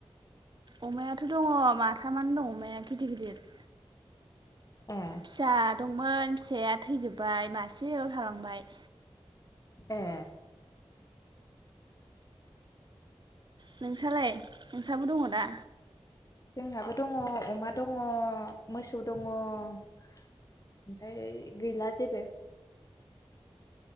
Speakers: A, on the right (about 45°); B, on the left (about 35°).
A: अमायाथ' दङ माथामानो दं अमाया गिदिर गिदिर
B: ए
A: फिसा दंमोन फिसाया थैजोब्बाय मासेल' थालांबाय
B: ए
A: नोंसालाय नोंसाबो दङ दा
B: जोंहाबो दङ अमा दङ मोसौ दङ ओमफाय गैला जेबो